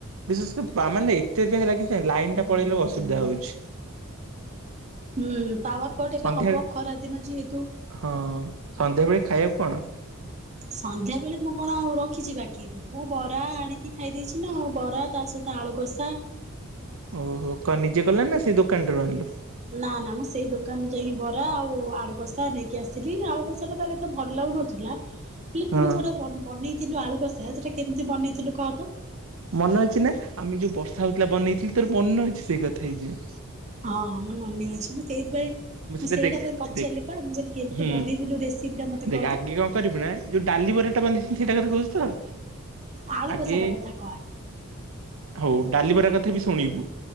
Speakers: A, on the right (about 70°); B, on the right (about 30°).
A: ବିଶେଷକ ମାନେ ଏତେ ଏତ ହେଲା କି ଲାଇନ୍ ଟା ପଳେଇଲେ ଅସୁବିଧା ହଉଛି।
B: ହୁଁ ପାୱାରକଟ ଏବେ
A: ସନ୍ଧ୍ୟାବେଳେ
B: ହବ ଖରା ଦିନ ଯେହେତୁ।
A: ହଁ ସନ୍ଧ୍ୟାବେେଳେ ଖାଇବାକୁ କଣ?
B: ସନ୍ଧ୍ୟା ବେଳେ ମୁଁ କଣ ଆଉ ରଖିଛି ବାକି ମୁଁ ବରା ଆଣିକି ଖାଇ ଦେଇଛି ନାଉ ବରା ତା ସହିତ ଆଳୁକଷା।
A: ଓହୋ କନ୍ ନିଜେ କଲୁ ନା ସେ ଦୋକାନ ଟାରୁ ଆଣିଲୁ?
B: ନା ନା ମୁଁ ସେଇ ଦୋକାନରୁ ଯାଇକି ବରା ଆଉ ଆଳୁ କଷା ନେଇକି ଆସିଥିଲି ଆଳୁ କଷା ଟା ତାର ଏ ତ ଭଲ ଲାଗୁନଥିଲା ହେଲେ
A: ହଁ
B: ତୁ ଥର ବନେଇଥିଲୁ ଆଳୁ କସା ସେଟା କେମିତି ବନେଇଥିଲୁ କହ ତ?
A: ମନେ ଅଛି ନା ଆମେ ଯୋଉ ବର୍ଷା ହଉଥିଲା ବନେଇଥିଲି ତୋର ମନେ ଅଛି ସେଇ କଥା ଏ ଜାଇଁ।
B: ହଁ ମୋର ମନେ ଅଛି ମୁଁ ସେଇଥିାଇଁ
A: ସେଟା
B: ମୁଁ ସେଇଟା
A: ଦେଖ
B: ପାଇଁ ପଚାରିଲି
A: ଦେଖ
B: ବା ମୁଁ କହିଲି କେମିତି
A: ହୁଁ
B: ବନେଇଥିଲୁ ରେସିପି ଟା ମତେ
A: ଦେଖ
B: କହ ତ
A: ଆଗେ କଣ କରିବୁ ନା ଯୋଉ ଡାଲି ବରିଟା ବନ୍ଧିଛନ୍ତି ସେଇଟା <unintelligible> ତ।
B: ଆଳୁ
A: ଆଗେ
B: କସା କଥା କହ ଆଗେ।
A: ହଉ ଡାଲିିବରା କଥା ବି ଶୁଣିବୁ,